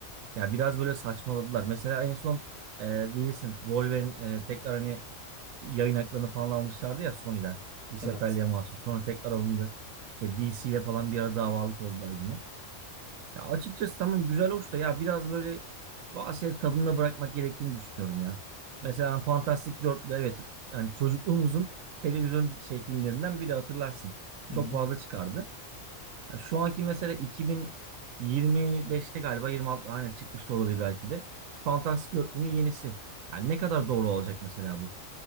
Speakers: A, on the right; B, on the right.
A: Ya biraz böyle saçmaladılar. Mesela en son e, bilirsin Wolverine e, tekrar hani yayın haklarını falan almışlardı ya Sony'den. Bir seferliğe
B: Evet.
A: mahsus. Sonra tekrar alındı. İşte DC ile falan bir ara davalık oldular yine. Ya açıkçası tamam güzel hoş da ya biraz böyle bazı şeyleri tadında bırakmak gerektiğini düşünüyorum ya. Mesela Fantastic Dörtlü evet yani çocukluğumuzun televizyon şey filmlerinden biri hatırlarsın.
B: Hı
A: Çok
B: hı.
A: fazla çıkardı. Yani şu anki mesela 2025'te galiba 26 aynen çıkmış da olabilir belki de. Fantastic Dörtlü'nün yenisi. Yani ne kadar doğru olacak mesela bu?